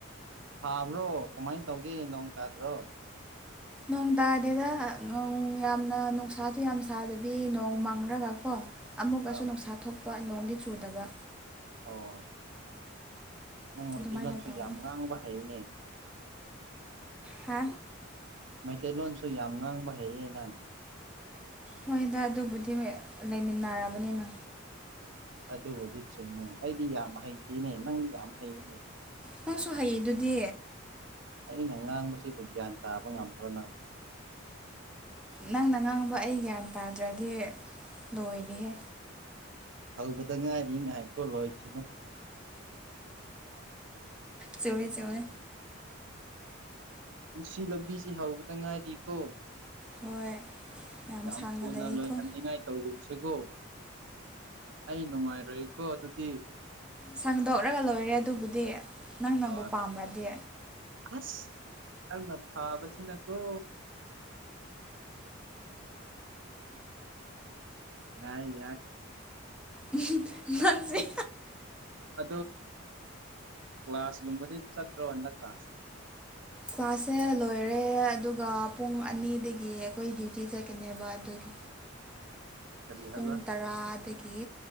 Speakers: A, on the right; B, in the centre.
A: ꯁꯥꯕ꯭ꯔꯣ ꯀꯃꯥꯏꯅ ꯇꯧꯒꯦ ꯅꯣꯡ ꯇꯥꯗ꯭ꯔꯣ
B: ꯅꯣꯡ ꯇꯥꯗꯦꯗ ꯅꯣꯡ ꯌꯥꯝꯅ ꯅꯨꯡꯁꯥꯁꯨ ꯌꯥꯝ ꯁꯥꯗꯕꯤ ꯅꯣꯡ ꯃꯪꯒ꯭ꯔꯒ ꯀꯣ ꯑꯃꯨꯛꯀꯁꯨ
A: ꯑꯥ
B: ꯅꯨꯡꯁꯥ ꯊꯣꯛꯄ ꯅꯣꯡꯗꯤ ꯆꯨꯗꯕ
A: ꯑꯣ ꯅꯪ ꯃꯩꯇꯩꯂꯣꯟꯁꯨ
B: ꯑꯗꯨꯃꯥꯏꯅ ꯇꯧꯋꯤ
A: ꯌꯥꯝ ꯉꯥꯡꯕ ꯍꯅꯦ
B: ꯍꯥ
A: ꯃꯩꯇꯩꯂꯣꯟꯁꯨ ꯌꯥꯝ ꯉꯥꯡꯕ ꯍꯩꯌꯦꯅ
B: ꯍꯣꯏꯗ ꯑꯗꯨꯕꯨꯗꯤ ꯂꯩꯃꯤꯟꯅꯔꯕꯅꯤꯅ
A: ꯑꯗꯨꯕꯨꯗꯤ ꯆꯨꯝꯃꯦ ꯑꯩꯗꯤ ꯌꯥꯝ ꯍꯩꯇꯦꯅꯦ ꯅꯪꯗꯤ ꯌꯥꯝ ꯍꯩꯅꯦ
B: ꯅꯪꯁꯨ ꯍꯩꯌꯦ ꯑꯗꯨꯗꯤ
A: ꯑꯩꯅ ꯉꯥꯡꯕꯁꯤꯕꯨ ꯒ꯭ꯌꯥꯟ ꯇꯥꯕ ꯉꯝꯕ꯭ꯔꯣꯅ
B: ꯅꯪꯅ ꯉꯥꯡꯕ ꯑꯩ ꯒ꯭ꯌꯥꯟ ꯇꯥꯗ꯭ꯔꯗꯤ ꯂꯣꯏꯔ
A: ꯍꯧꯕꯗ ꯉꯥꯏꯔꯤ ꯉꯥꯏꯈꯣ ꯂꯣꯏꯁꯤꯅꯨ
B: ꯆꯋꯋꯦ ꯆꯋꯋꯦ
A: ꯄꯨꯟꯁꯤ ꯂꯝꯕꯤꯁꯦ ꯍꯧꯕꯗ ꯉꯥꯏꯔꯤꯀꯣ
B: ꯍꯣꯏ
A: ꯌꯥꯝ
B: ꯁꯥꯡꯅ
A: ꯊꯨꯅ
B: ꯂꯩꯀꯣ
A: ꯂꯣꯏꯍꯟꯅꯤꯡꯉꯥꯏ ꯇꯧꯒꯨꯝꯁꯤꯒꯣ ꯑꯩ ꯅꯨꯡꯉꯥꯏꯔꯣꯏꯀꯣ ꯑꯗꯨꯗꯤ
B: ꯁꯪꯗꯣꯛꯂꯒ ꯂꯣꯏꯔꯦ ꯑꯗꯨꯕꯨꯗꯤ ꯅꯪ ꯅꯪꯕꯨ
A: ꯍꯣꯏ
B: ꯄꯥꯝꯕ꯭ꯔꯗꯤ
A: ꯑꯁ ꯅꯪꯅ ꯐꯥꯕꯁꯤꯅꯀꯣ ꯌꯥꯏ ꯌꯥꯏ
B: ꯎꯝ ꯅꯟꯁꯤ
A: ꯑ ꯀ꯭ꯂꯥꯁꯒꯨꯝꯕꯗꯤ ꯆꯠꯇ꯭ꯔꯣꯗꯛꯀꯥꯁ
B: ꯀ꯭ꯂꯥꯁꯁꯦ ꯂꯣꯏꯔꯦ ꯑꯗꯨꯒ ꯄꯨꯡ ꯑꯅꯤꯗꯒꯤ ꯑꯩꯈꯣꯏ ꯗ꯭ꯌꯨꯇꯤ ꯆꯠꯀꯅꯦꯕ ꯑꯗꯨꯒꯤ
A: <inaudible> ꯀꯔꯤ ꯍꯥꯏꯕ
B: ꯄꯨꯡ ꯇꯔꯥ ꯑꯗꯒꯤ